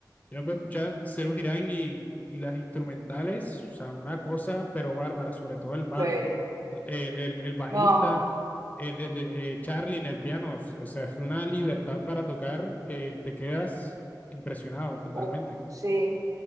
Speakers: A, on the left (about 20°); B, on the right (about 50°).
A: yo me puedo escuchar Serú Girán y, y las instrumentales, o sea, una cosa, pero bárbara, sobre todo el bajo,
B: Eh,
A: el, el- el bajista,
B: no,
A: el, el de eh, Charlie en el piano, o sea, es una libertad para tocar que te quedas impresionado totalmente.
B: uh, sí.